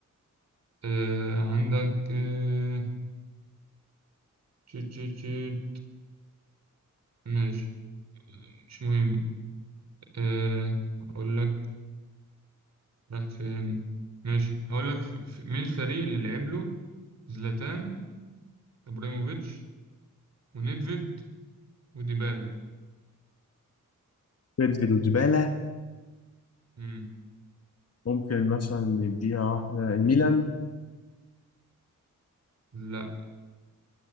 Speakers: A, on the right; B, on the left.
A: آه عندك آه تشيت تشيت تشيت ماشي مش مهم آه اقول لك راحت فين ماشي هقول لك في... في... مين الفريق اللي لعب له زلاتان ابراهيموفيتش ونيدفيد وديبالا
B: بيدفيد وجبالة
A: مم.
B: ممكن مثلا نديها واحدة الميلان
A: لا